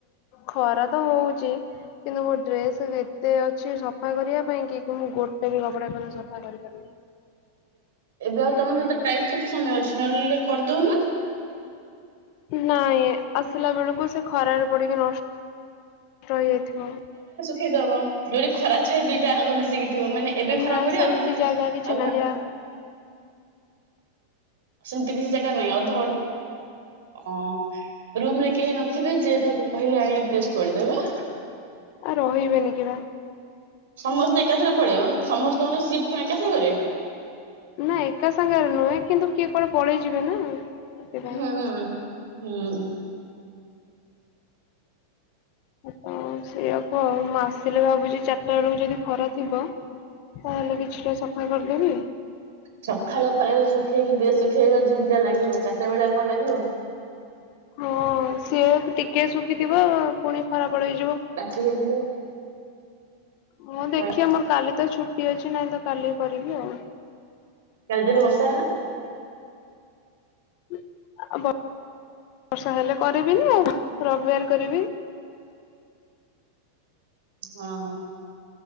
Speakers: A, on the left; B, on the right.
A: ଖରା ତ ହଉଛି। କିନ୍ତୁ ମୋ ଡ୍ରେସ କେତେ ଅଛି ସଫା କରିବା ପାଇଁ କି ମୁଁ ଗୋଟେ ବି କପଡା ପ ସଫା କରିପାରିଲିନି।
B: ଏବେ ଆଉ ତମ ହାତରେ ଟାଇମ କେତେ ସମୟ ଅଛି ନହେଲେଲେ କରିଦଉନ।
A: ନାଇଁ ଆସିଲା ବେଳକୁ ସେ ଖରାରେ ପଡିକି ନଷ୍ଟ ରହିଯାଇଥିବ।
B: ଦବ ଯୋଉଠି ଖରା ସେ ଦିଟା ଆଙ୍କ ମିଶିକି ଥିବ ମାନେ ଏବେ ଖରାପ
A: ନାଇଁ
B: ପଡିବ
A: ସେମିତି
B: ଆଉ କିଛି
A: ଜାଗା କିଛି
B: ଆଉ ଘ
A: ନାହିଁ ଆ
B: ସେମିତି କିଛି ଜାଗା ନାହିଁ ଅଧ ଓ ରୁମ ରେ କେହି ନଥିବେ ଯିଏ ତାହାକୁ କହିଲେ ଆଣି ଡ୍ରେସ୍ ତୋଳିଦେବେ।
A: କହିବେନି କି ବା।
B: ସମସ୍ତେ ଏକାଥରେ ପଳେଇବ ସମସ୍ତଙ୍କର କଣ ଏକା ସାଙ୍ଗରେ
A: ନା ଏକା ସାଙ୍ଗରେ ନୁହେଁ କିନ୍ତୁ କିଏ କୁଆଡେ ପଳେଇ ଯିବେ ନା। ସେଥିପାଇଁ
B: ହଁ ହୁଁ।
A: ତ ସେଇଆକୁ ଆଉ ମୁଁ ଆସିଲେ ଭାବୁଛି ଚାରିଟା ବେଳକୁ ଯଦି ଖରା ଥିବ। ତାହେଲେ କିଛିଟା ସଫା କରିଦେବି।
B: ସକାଳ ଖରୋରେ ଶୁଖେଇକି ଡ୍ରେସ୍ ଶୁଖେଇବା ଯେମିତିଆ ଲାଗିବ। ଚାରିଟା ବେଳକୁ ଭଲ ଲାଗିବ।
A: ହଁ ସିଏ ଟିକେ ଶୁଖିଥିବ ପୁଣି ଖରାପଲହେଇଯିବ।
B: ରାତି ହେଇଯିବ
A: ହଉ
B: ଶୋଇଲା।
A: ଦେଖିଆ ମୋର କାଲି ତ ଛୁଟି ଅଛି ନାହିଁ ତ କାଲି କରିବି ଆଉ।
B: କାଲି ଯଦି ବସା ହେଲା।
A: <unintelligible> ବର୍ଷା ହେଲେ କରିବି ନି ଆଉ ରବିବାର କରିବି।
B: ହଁ।